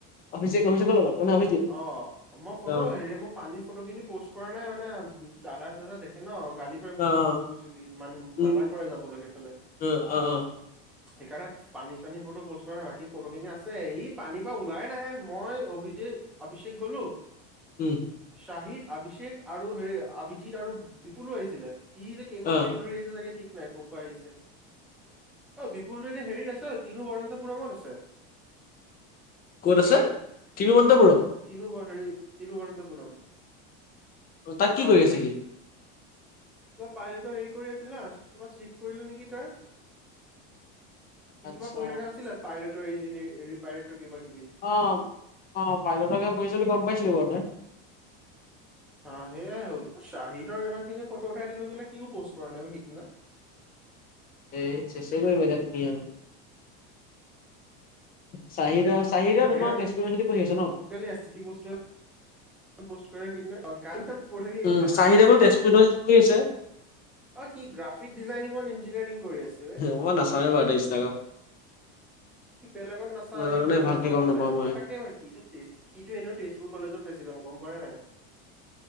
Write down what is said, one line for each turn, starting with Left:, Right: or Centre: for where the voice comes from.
Left: অভিষেক অভিষেকৰ লগত মানে অভিজিত।
Centre: অ, মই ফটো
Left: অ'
Centre: হেৰি মোক পানীৰ ফটোখিনি পোষ্ট কৰা নাই মানে দাদা- চাদাই দেখে ন' গালি তই
Left: অ'
Centre: বা
Left: অ'
Centre: কি কব গৈছিলি মান-মানা
Left: উম,
Centre: কৰে যাবলে সেইফালে।
Left: <unintelligible> অ,
Centre: সেইকাৰণে পানী চানী ফটো পোষ্ট কৰা নাই বাকী ফটো খিনি আছে, ই পানীৰ পৰা ওলাই নাহে মই অভিজিত অভিষেক গলো
Left: উম,
Centre: শাহিদ, অভিষেক আৰু হেৰি অভিজিত আৰু বিপুলো আহিছিলে। সি যে কেইখন
Left: অ'
Centre: ট্ৰেইন ধৰি আছে চাগে ঠিক নাই ক'ৰ পৰা আহিছে, এ দী ফুলটো এতিয়া হেৰিত আছে, তিনো বৰন্তপুৰমত আছে।
Left: ক'ত আছে, তিৰুৱন্তপুৰম?
Centre: তিনোবৰ হেৰি, তিৰুৱৰন্তপুৰম,
Left: অ' তাত কি
Centre: চাউথত।
Left: কৰি আছে
Centre: <inaudible>
Left: সি?
Centre: কিবা পাইলেটৰ হেৰি কৰি আছিল ন' কিবা চিট কৰিলে নেকি তই? সি
Left: আচ্ছা
Centre: কিবা পঢ়ি থকা আছিলে পাইলটৰ ইঞ্জিনাৰ পাইলটৰ কিবা কিবি।
Left: অ', অ, পাইলটৰকে পঢ়িছোঁ কিবা গম <unintelligible>
Centre: হা সেয়াই হল, শ্বাহিদৰ ইমান খিনি ফটো উঠাই দিলো কিন্ত সিও পোষ্ট কৰা নাই সিদিনা।
Left: এ চেচেই <unintelligible> তুমি আৰু। চাহিদাও চাহিদাও
Centre: শ্বাহিদে
Left: তোমাৰ তেজপুৰ ইউনিভাৰ্চিটিত পঢ়ি আছে ন'?
Centre: আজিকালি এস্থিতিক বস্তুয়ে। পষ্ট কৰে সেইদিনা অ, কালিতো পৰহি
Left: উম,
Centre: লগাই পেলাই
Left: চাহিদা
Centre: দিছে।
Left: বাৰু তেজপুৰ ইউনিভাৰ্চিটিত
Centre: হেৰি
Left: পৰি আছে।
Centre: অ', সি গ্ৰাফিক ডিজাইনিং আৰু ইঞ্জিনিয়াৰিং কৰি আছে বে।
Left: মই নাচাওঁৱে বাৰু দে ইনষ্টাগ্ৰাম।
Centre: সি বেলেগত নাচাই
Left: নাজানো
Centre: সি বেলেগত
Left: দেই ভালকে
Centre: নাপালে,
Left: গম নাপাওঁ
Centre: মই তাকে ভা সিটো তেজ, সিটো এনেও তেজপুৰ কলেজত পাইছিলে গম পাইছে নে নাই?